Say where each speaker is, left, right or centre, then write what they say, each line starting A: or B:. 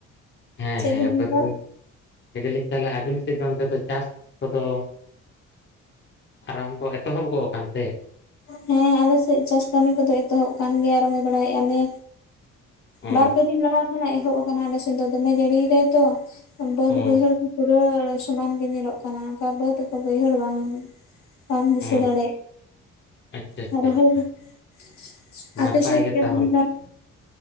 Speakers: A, on the left (about 40°); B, on the left (about 65°).
A: ᱦᱮᱸ
B: ᱪᱮᱫ
A: ᱦᱮᱸ
B: ᱵᱤᱱ ᱞᱟᱹᱭᱫᱟ
A: ᱵᱟᱹᱫᱽ ᱵᱟᱹᱭᱦᱟᱲ ᱢᱮᱱ ᱫᱟᱞᱤᱧ ᱛᱟᱦᱚᱞᱮ ᱟᱵᱤᱱ ᱥᱮᱫ ᱫᱚ ᱚᱱᱛᱮ ᱫᱚ ᱪᱟᱥ ᱠᱚᱫᱚ ᱟᱨᱟᱢᱵᱚ ᱮᱛᱚᱦᱚᱵ ᱜᱚᱜ ᱟᱠᱟᱱ ᱛᱮ?
B: ᱦᱮᱸ ᱟᱞᱮᱥᱮᱫ ᱪᱟᱥ ᱠᱟᱹᱢᱤ ᱠᱚᱫᱚ ᱮᱛᱚᱦᱚᱵ ᱠᱟᱱ ᱜᱮᱭᱟ ᱨᱚᱦᱚᱭ ᱵᱟᱲᱟᱭᱮᱫᱼᱟ ᱞᱮ
A: ᱚ
B: ᱵᱟᱨᱯᱮ ᱫᱤᱱ ᱞᱟᱦᱟ ᱠᱚᱱᱟᱜ ᱮᱦᱚᱵ ᱟᱠᱟᱱᱟ ᱟᱞᱮ ᱥᱮᱱ ᱫᱚ ᱫᱚᱢᱮ ᱡᱟᱹᱲᱤᱭᱮᱫᱟ ᱛᱚ᱾ ᱵᱟᱹᱫ
A: ᱚ
B: ᱵᱟᱹᱭᱦᱟᱹᱲ ᱠᱚ ᱯᱩᱨᱟᱹ ᱥᱚᱢᱟᱱ ᱜᱮ ᱧᱮᱞᱚᱜ ᱠᱟᱱᱟ ᱚᱱᱠᱟ ᱵᱟᱹᱫ ᱚᱠᱟ ᱵᱟᱹᱭᱦᱟᱹᱲ ᱵᱟᱝ ᱵᱟᱝ ᱫᱤᱥᱟᱹ
A: ᱚ
B: ᱫᱟᱲᱮ
A: ᱟᱪᱪᱷᱟ ᱟᱪᱪᱷᱟ
B: <unintelligible>
A: ᱟᱪᱪᱷᱟ ᱱᱟᱯᱟᱭ
B: ᱟᱯᱮ ᱥᱮᱱ
A: ᱜᱮ
B: <unintelligible>
A: ᱛᱟᱦᱚᱞᱮ